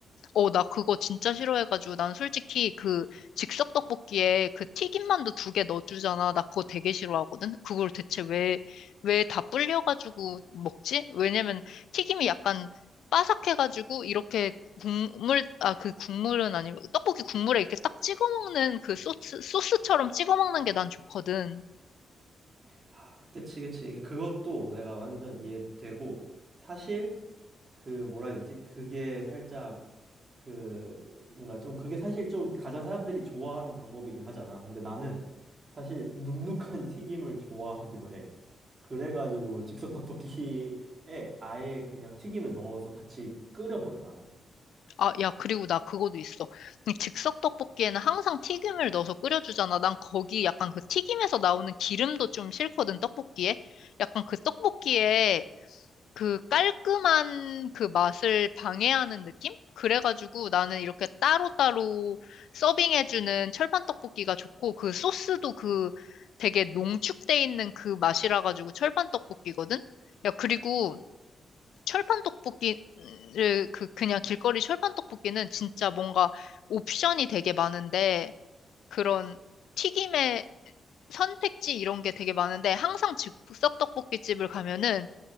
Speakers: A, on the left (about 80°); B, on the right (about 40°).
A: 어, 나 그거 진짜 싫어해가지고 난 솔직히 그 즉석 떡볶이에 그 튀김만두 두 개 넣어주잖아. 나 그거 되게 싫어하거든. 그걸 대체 왜, 왜 다 불려가지고 먹지? 왜냐면 튀김이 약간 바삭해가지고 이렇게 국물, 아, 그 국물은 아니고 떡볶이 국물에 이렇게 딱 찍어 먹는 그 소스, 소스처럼 찍어 먹는 게 난 좋거든.
B: 아, 그치 그치. 그것도 내가 완전 이해되고 사실 그 뭐라 해야 되지? 그게 살짝 그 뭔가 좀 그게 사실 좀 가장 사람들이 좋아하는 방법이긴 하잖아. 근데 나는 사실 눅눅한 <laughs> 튀김을 좋아하기도 해. 그래가지고 즉석 떡볶이에 아예 그냥 튀김을 넣어서 같이 끓여버려 나는.
A: 아, 야, 그리고 나 그것도 있어. 이 즉석 떡볶이에는 항상 튀김을 넣어서 끓여주잖아. 난 거기 약간 그 튀김에서 나오는 기름도 좀 싫거든, 떡볶이에. 약간 그 떡볶이에 그 깔끔한 그 맛을 방해하는 느낌? 그래가지고 나는 이렇게 따로따로 서빙해주는 철판 떡볶이가 좋고 그 소스도 그 되게 농축돼 있는 그 맛이라 가지고 철판 떡볶이거든? 야, 그리고 철판 떡볶이를 그 그냥 길거리 철판 떡볶이는 진짜 뭔가 옵션이 되게 많은데 그런 튀김의 선택지 이런 게 되게 많은데 항상 즉석 떡볶이 집을 가면은